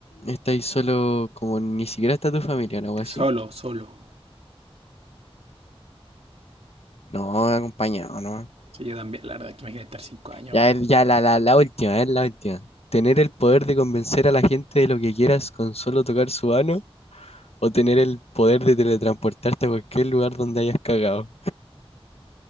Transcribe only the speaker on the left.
Estáis solo como ni siquiera está tu familia, ¿no? Algo así.
No, acompañado, ¿no?
Ya,
el- ya la, la, la última, es la última. ¿Tener el poder de convencer a la gente de lo que quieras con solo tocar su mano? ¿O tener el poder de teletransportarte a cualquier lugar donde hayas cagado?